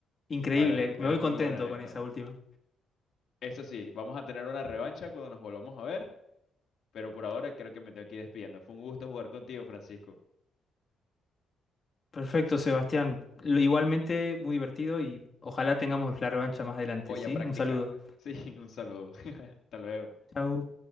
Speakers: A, on the left; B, on the left.
A: Increíble,
B: No, eres, eres
A: me voy contento
B: muy bueno en
A: con
B: esto.
A: esa última.
B: Eso sí, vamos a tener una revancha cuando nos volvamos a ver, pero por ahora creo que me tengo que ir despidiendo. Fue un gusto jugar contigo, Francisco.
A: Perfecto, Sebastián. Lo- Igualmente, muy divertido y ojalá tengamos la revancha más adelante,
B: Voy
A: ¿sí?
B: a practicar.
A: Un saludo.
B: <laughs> Sí, un saludo. <laughs> Hasta luego.
A: Chau.